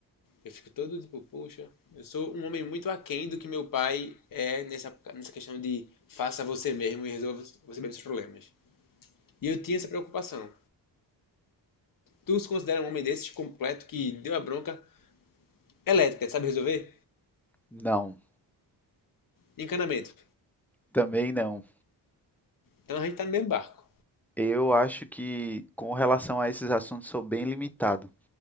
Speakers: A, on the left (about 50°); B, in the centre.
A: Eu fico todo tipo, poxa, eu sou um homem muito aquém do que meu pai é nessa, nessa questão de faça você mesmo e resolva você mesmo seus problemas. E eu tinha essa preocupação. Tu se considera um homem desses completo que deu a bronca elétrica, sabe resolver?
B: Não,
A: Encanamento.
B: também não.
A: Então a gente tá no mesmo barco.
B: Eu acho que com relação a esses assuntos sou bem limitado.